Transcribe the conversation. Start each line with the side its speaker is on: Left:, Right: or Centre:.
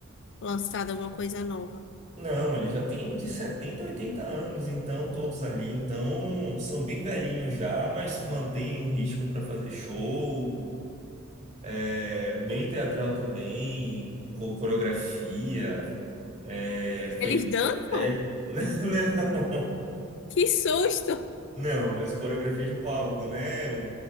Left: lançado alguma coisa nova.
Right: Não, eles já têm de setenta, a 80 anos, então todos ali, então são bem velhinhos já, mas mantêm o ritmo para fazer show, É, bem teatral também, com coreografia, é,
Left: Eles
Right: feito de
Left: dançam?
Right: papel. <laughs>
Left: Que susto!
Right: Não, não, mas coreografia de palco, né? Um,